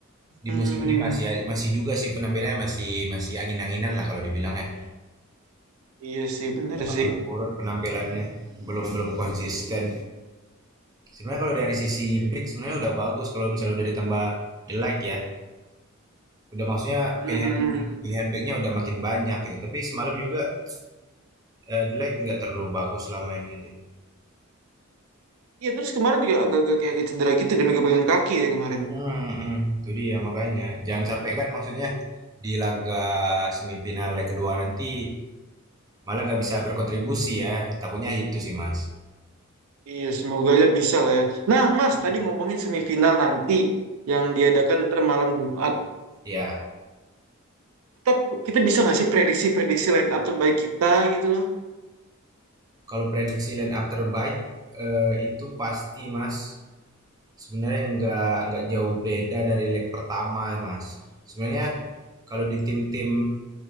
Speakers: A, on the right (about 20°); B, on the right (about 85°).
A: di
B: hmm
A: musim ini masih masih juga sih penampilannya masih masih angin-anginan lah kalau dibilang ya.
B: iya sih bener
A: Nggak pasang
B: sih
A: surut penampilannya belum belum konsisten. Sebenarnya kalau dari sisi
B: Oke.
A: back sebenarnya udah bagus kalau misalnya udah ditambah The Like ya. Udah maksudnya
B: Mhm.
A: pilihan pilihan backnya udah makin banyak gitu. Tapi semalam juga eh, The Like nggak terlalu bagus lah mainnya deh.
B: Iya terus kemarin juga agak agak kayak cedera gitu dia megang kaki ya kemarin.
A: Hmm, hmm. itu dia makanya. Jangan sampai kan maksudnya di laga semifinal leg kedua nanti malah nggak bisa berkontribusi ya. Takutnya itu sih mas.
B: Iya semoga aja bisa lah ya. Nah Mas
A: Hmm.
B: tadi ngomongin semifinal nanti yang diadakan ntar malam Jumat.
A: Ya,
B: Kita, kita bisa nggak sih prediksi-prediksi line up terbaik kita gitu loh?
A: kalau prediksi line up terbaik eh, itu pasti mas Sebenarnya nggak nggak jauh beda dari leg pertama, Mas. Sebenarnya kalau di tim-tim